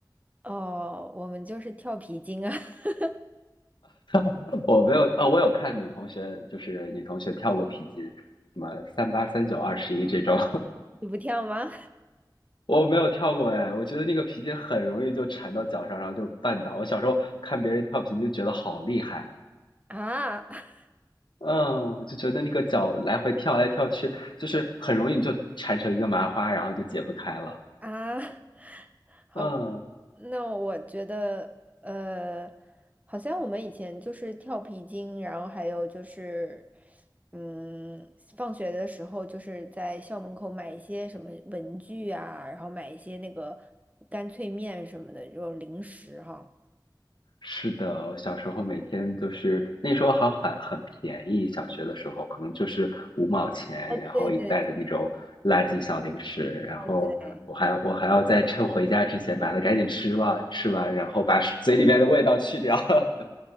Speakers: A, on the right; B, on the left.
A: 哦，我们就是跳皮筋啊，<laughs>
B: <laughs> 我没有，呃，我有看女同学，就是女同学跳过皮筋，什么三八、三九、二十一这种，
A: 你不跳吗？
B: <laughs> 我没有跳过哎，我觉得那个皮筋很容易就缠到脚上，然后就绊倒。我小时候看别人跳皮筋就觉得好厉害。
A: <laughs> 啊，<laughs>
B: 嗯，我就觉得那个脚来回跳来跳去，就是很容易你就缠成一个麻花，然后就解不开了。
A: 啊，<laughs> 好吧，
B: 嗯，
A: 那我觉得，呃，好像我们以前就是跳皮筋，然后还有就是，嗯，放学的时候就是在校门口买一些什么文具啊，然后买一些那个干脆面什么的这种零食哈。
B: 是的，我小时候每天就是那时候好很很便宜，小学的时候可能就是五毛钱，
A: 啊，
B: 然后一袋的那种垃圾小零食，
A: 对对对
B: 然后我还我还要在趁回家之前把它赶紧吃完吃完，
A: 对，
B: 然后把嘴里边的味道去掉。<laughs>